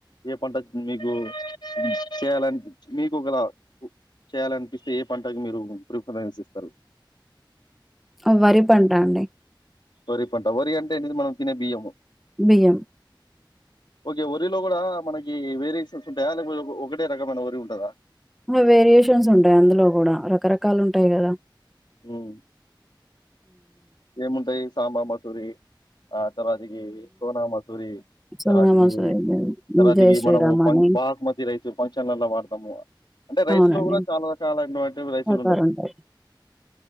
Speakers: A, on the left (about 65°); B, in the centre.
A: ఏ పంట మీకు చేయాలన్ పి మీకు ఒకలా చేయాలనిపిస్తే ఏ పంటకు మీరు ప్రిఫరెన్స్ ఇస్తరు
B: ఆ వరి పంట అండి
A: వరిపంటా వరి అంటే ఏంటిది మనం తినే బియ్యము
B: బియ్యం
A: ఒకే వరిలో కూడా మనకి వేరియేషన్స్ ఉంటాయా లేకపో ఒకటే రకమైన వరి ఉంటదా
B: హ వెరియేషన్స్ ఉంటాయి అందులో కూడా రకరకాలు ఉంటాయి కదా
A: మ్ ఏముంటాయి సాంబ మసురి ఆ తర్వాతకి సోనామాసూరి
B: సోనా
A: తర్వాతకి
B: మసూరి
A: తర్వాతకి
B: జై శ్రీరామ్
A: మనము ఫంక్
B: అని
A: బాస్మతి రైసు ఫంక్షన్లల వాడ్తాము కదా అంటే రైసు
B: అవునండి
A: లో కూడా చాలా రకాలుటువంటి రైసులు
B: ప్రకారం
A: ఉన్నాయి
B: ఉంటాయి.